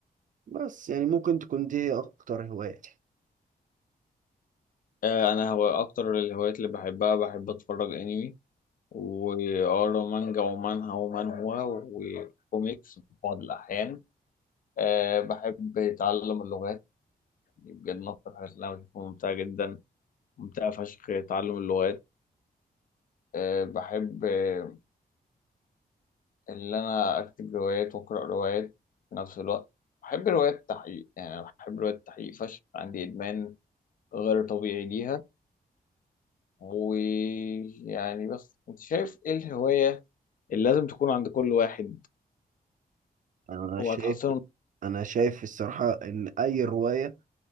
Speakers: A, on the right (about 55°); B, on the left (about 60°).
A: بس يعني ممكن تكون دي هي اكتر هواياتي
B: آه أنا هو أكتر الهوايات اللي بحبها بحب أتفرج أنمي وأقرا مانجا ومانهوا ومانهوا وكوميكس في بعض الأحيان آه بحب أتعلم اللغات دي بجد من أكتر الحاجات اللي أنا بشوفها ممتعة جدا ممتع فشخ تعلم اللغات أه بحب آه، اللي أنا أكتب روايات وأقرأ روايات في نفس الوقت بحب روايات التحقيق يعني أنا بحب روايات التحقيق فشخ عندي إدمان غير طبيعي ليها ويعني بس أنت شايف إيه الهواية اللي لازم تكون عند كل واحد
A: انا
B: هو
A: شايف
B: هتحسن
A: انا شايف الصراحه ان اي روايه